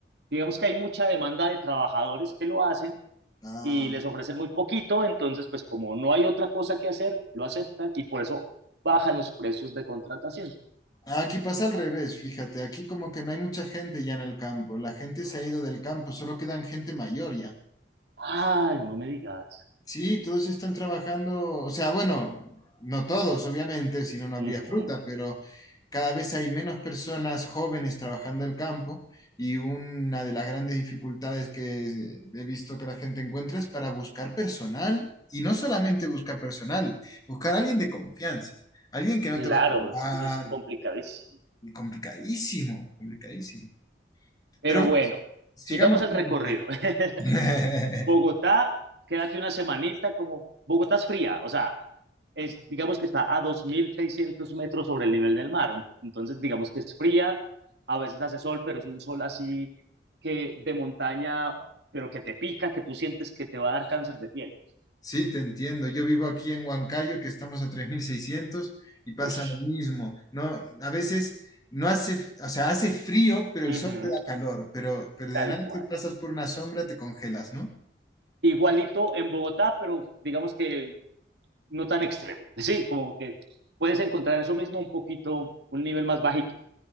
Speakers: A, on the right; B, on the left.
A: digamos que hay mucha demanda de trabajadores que lo hacen
B: Ah,
A: y les ofrecen muy poquito, entonces pues como no hay otra cosa que hacer, lo aceptan y por eso bajan los precios de contratación.
B: aquí pasa al revés, fíjate, aquí como que no hay mucha gente ya en el campo, la gente se ha ido del campo, solo quedan gente mayor ya.
A: Ay, no me digas.
B: Sí, todos están trabajando, o sea, bueno, no todos, obviamente, si no, no habría
A: Ujú,
B: fruta, pero cada vez hay menos personas jóvenes trabajando el campo y una de las grandes dificultades que he visto que la gente encuentra es para buscar personal y no solamente buscar personal, buscar a alguien de confianza, alguien que no
A: Claro,
B: te va a
A: es que eso es
B: robar,
A: complicadísimo.
B: y complicadísimo, complicadísimo.
A: Pero
B: Pero
A: bueno,
B: bueno, sigamos
A: sigamos el
B: con...
A: recorrido. <laughs>
B: <laughs>
A: Bogotá, quédate una semanita como... Bogotá es fría, o sea, es, digamos que está a 2.600 metros sobre el nivel del mar. Entonces, digamos que es fría, a veces hace sol, pero es un sol así que de montaña, pero que te pica, que tú sientes que te va a dar cáncer de piel.
B: Sí, te entiendo. Yo vivo aquí en Huancayo, que estamos a 3600 y pasa
A: Ush,
B: lo mismo. No, a veces no hace, f- o sea, hace frío, pero
A: Ujú.
B: el sol te da calor, pero, pero
A: tal
B: de nada
A: cual.
B: que pasas por una sombra te congelas, ¿no?
A: Igualito en Bogotá, pero digamos que no tan extremo. <laughs> Sí, como que puedes encontrar eso mismo un poquito, un nivel más bajito.